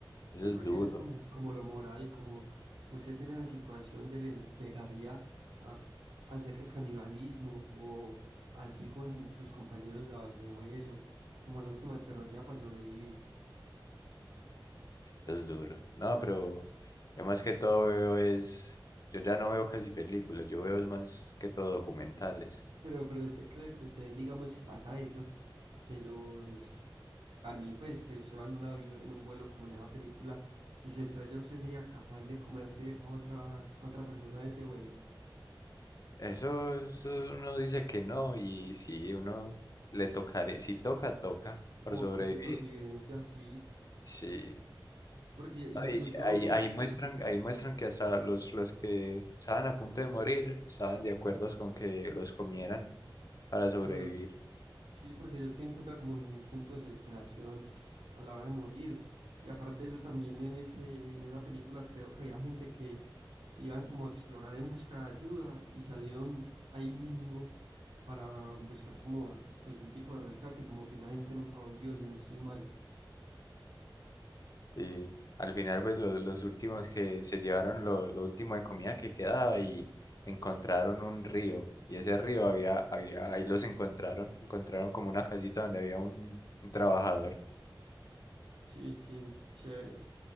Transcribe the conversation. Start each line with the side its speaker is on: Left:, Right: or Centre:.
Left: Eso
Right: Sí,
Left: es
Right: porque
Left: duro,
Right: es como, como lo moral, como usted en esa situación llegue- llegaría a hacer el canibalismo o así con sus compañeros de, de vuelo, como la última alternativa para sobrevivir.
Left: eso es duro. No, pero yo más que todo veo es, yo ya no veo casi películas, yo veo es más que todo documentales.
Right: Pero, pero usted cree que usted, digamos, si pasa eso de los caníbales, que usted va en un avión, en un vuelo como en esa película, y se estrella, usted sería capaz de comerse a otra, a otra persona de ese vuelo,
Left: Eso, eso uno dice que no y si uno le tocaré, si toca, toca por
Right: como
Left: sobrevivir.
Right: por supervivencia, así,
Left: Sí.
Right: porque incluso...
Left: Ahí, ahí, ahí muestran, ahí muestran que hasta los, los que estaban a punto de morir estaban de acuerdo con que los comieran para sobrevivir.
Right: Claro, Sí, porque ellos se encuentran como un punto de desesperación a la hora de morir. Y aparte de eso, también en ese, en esa película creo que había gente que iban como a explorar en busca de ayuda y salieron ahí mismo para buscar como a- algún tipo de rescate y como que esa gente nunca volvió, si no estoy mal.
Left: Y al final, pues los, los últimos que se llevaron lo, lo último de comida que quedaba y encontraron un río. Y ese río había, había, ahí los encontraron, encontraron como una casita donde había un, un trabajador.
Right: Sí, sí, chévere.